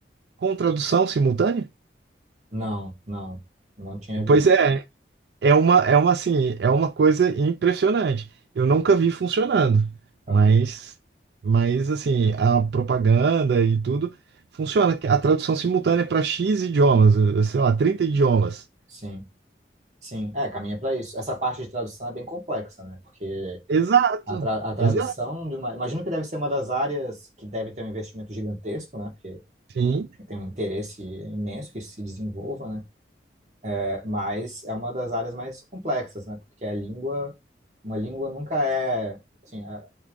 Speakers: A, on the right; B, on the right.
A: com tradução simultânea?
B: Não, não. Não tinha visto.
A: Pois é, é uma, é uma assim, é uma coisa impressionante. Eu nunca vi funcionando,
B: Aham.
A: mas, mas assim, a propaganda e tudo funciona. A tradução simultânea para X idiomas, eh, sei lá, trinta idiomas.
B: Sim. Sim, é, caminha para isso. Essa parte de tradução é bem complexa, né? Porque
A: Exato,
B: a, tra a tradução
A: exato.
B: de uma... Imagino que deve ser uma das áreas que deve ter um investimento gigantesco, né? Porque
A: Sim,
B: tem um interesse imenso que isso se desenvolva, né? É, mas é uma das áreas mais complexas, né? Porque a língua, uma língua nunca é, assim, a,